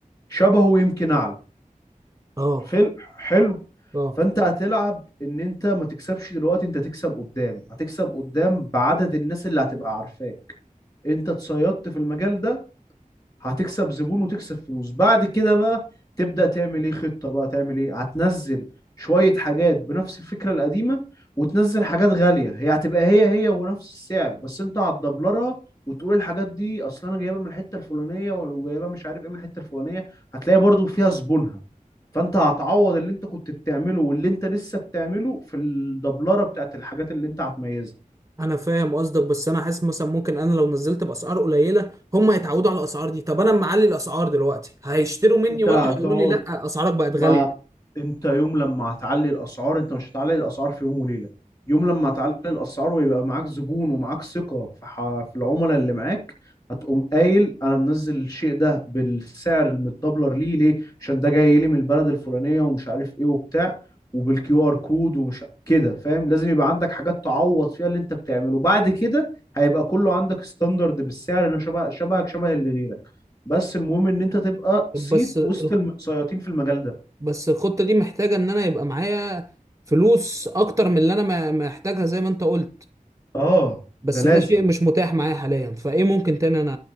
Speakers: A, on the left; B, on the right.
A: شبهه ويمكن اعلى
B: اه
A: حلو حلو
B: اه
A: فانت هتلعب ان انت ما تكسبش دلوقتي انت تكسب قدام هتكسب قدام بعدد الناس اللي هتبقى عارفاك انت اتصيدت في المجال ده هتكسب زبون وتكسب فلوس بعد كده بقى تبدأ تعمل ايه خطة بقى تعمل ايه هتنزل شوية حاجات بنفس الفكرة القديمة وتنزل حاجات غالية هي هتبقى هي هي ونفس السعر بس انت هتدبلرها وتقول الحاجات دي اصل انا جايبها من الحتة الفلانية وجايبها مش عارف ايه من الحتة الفلانية هتلاقي برضو فيها زبونها فانت هتعوض اللي انت كنت بتعمله واللي انت لسه بتعمله في الدبلرة بتاعت الحاجات اللي انت هتميزها
B: انا فاهم قصدك بس انا حاسس مثلا ممكن انا لو نزلت باسعار قليله هم هيتعودوا على الاسعار دي طب انا أما معلي الاسعار دلوقتي هيشتروا مني
A: انت
B: ولا
A: هتقعد
B: هيقولوا لي لا اسعارك بقت
A: ما
B: غاليه
A: انت يوم لما هتعلي الاسعار انت مش هتعلي الاسعار في يوم وليله يوم لما هتعلي الاسعار ويبقى معاك زبون ومعاك ثقه في ح... في العملاء اللي معاك هتقوم قايل انا منزل الشيء ده بالسعر المتدبلر ليه ليه عشان ده جاي لي من البلد الفلانيه ومش عارف ايه وبتاع وبالكيو ار كود ومش كده فاهم لازم يبقى عندك حاجات تعوض فيها اللي انت بتعمله بعد كده هيبقى كله عندك ستاندرد بالسعر انه شبه شبهك شبه اللي غيرك بس المهم ان انت تبقى
B: طب
A: صيت
B: بس الخ-
A: وسط المتسيطين في المجال ده
B: بس الخطة دي محتاجة ان انا يبقى معايا فلوس اكتر من اللي انا ما- محتاجها زي ما انت قلت
A: اه
B: بس
A: ده لازم
B: ده شيء مش متاح معايا حاليا فايه ممكن تاني انا